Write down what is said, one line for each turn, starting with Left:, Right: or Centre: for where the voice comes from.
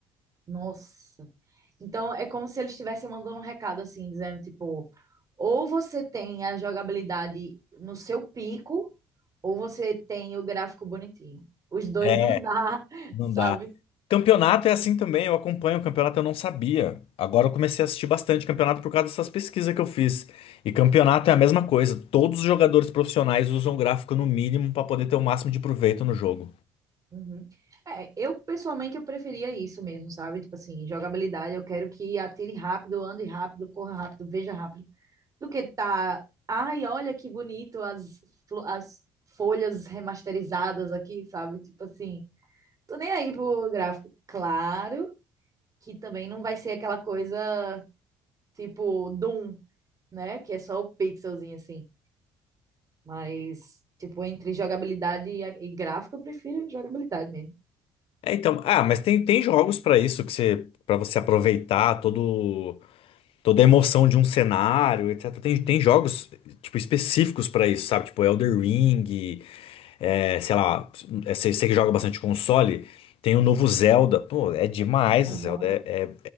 Right: Nossa. Então é como se eles estivessem mandando um recado assim, dizendo tipo, ou você tem a jogabilidade no seu pico, ou você tem o gráfico bonitinho. Os dois
Left: É,
Right: não dá, <laughs>
Left: Não
Right: sabe?
Left: dá. Campeonato é assim também, eu acompanho o campeonato, eu não sabia. Agora eu comecei a assistir bastante campeonato por causa dessas pesquisas que eu fiz. E campeonato é a mesma coisa, todos os jogadores profissionais usam gráfico no mínimo para poder ter o máximo de proveito no jogo.
Right: Uhum. É, eu pessoalmente eu preferia isso mesmo, sabe? Tipo assim, jogabilidade, eu quero que atire rápido, ande rápido, corra rápido, veja rápido, do que tá, ai, olha que bonito as flo- as folhas remasterizadas aqui, sabe? Tipo assim, Tô nem aí pro gráfico. Claro que também não vai ser aquela coisa tipo Doom, né? Que é só o pixelzinho assim. Mas, tipo, entre jogabilidade e, e gráfico, eu prefiro jogabilidade mesmo.
Left: É, então, ah, mas tem, tem jogos para isso que você para você aproveitar todo toda a emoção de um cenário, etc. Tem, tem jogos tipo específicos para isso, sabe? Tipo Elder Ring, é, sei lá, você que joga bastante console, tem o novo Zelda. Pô, é demais,
Right: Aham.
Left: o Zelda é, é,